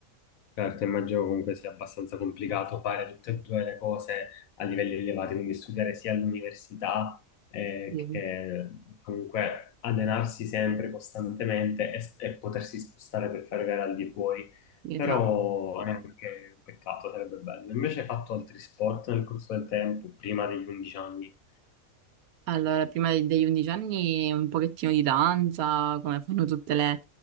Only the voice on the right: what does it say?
Sì,
Esatto.
Allora, prima de- degli 11 anni un pochettino di danza, come fanno tutte le,